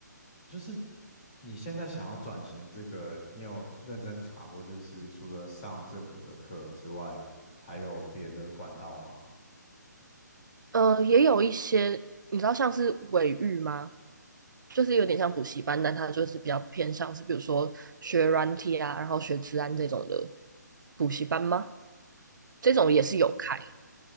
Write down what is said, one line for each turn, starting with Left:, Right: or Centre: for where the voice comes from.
Left: 就是你现在想要转型的这个，你有认真查过，就是除了上政府的课之外，还有别的管道吗？
Right: 得，呃，也有一些你知道像是尾育吗？就是有点像补习班，但它就是比较偏向是比如说学软体啊，然后学治安这种的补习班吗？这种也是有开，
Left: 哦，